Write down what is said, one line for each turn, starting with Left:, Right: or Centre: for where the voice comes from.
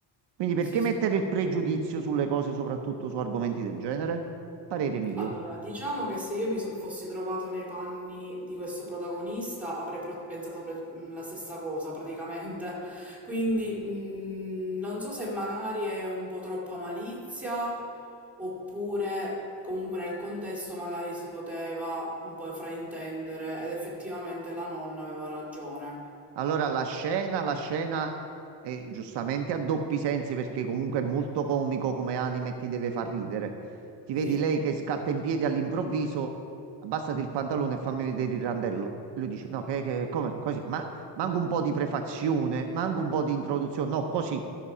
Right: Quindi perché
Centre: Sì, sì,
Right: mettere
Centre: sì.
Right: il pregiudizio sulle cose, soprattutto su argomenti del genere? Parere mio.
Centre: Allora, diciamo che se io mi so- fossi trovato nei panni di questo protagonista avrei pro- pensato pre- mh, la stessa cosa praticamente. Quindi mh, non so se magari è un po' troppa malizia oppure comunque nel contesto magari si poteva un po' fraintendere ed effettivamente la nonna aveva ragione.
Right: Allora, la scena, la scena è giustamente a doppi sensi perché comunque è molto comico come anime e ti deve far ridere. Ti vedi
Centre: Sì,
Right: lei che scatta in piedi all'improvviso, abbassati il pantalone e fammi vedere il randello. E Lui dice, no, che, che- come, così, ma manca un po' di prefazione, manca un po' di introduzione, no, così.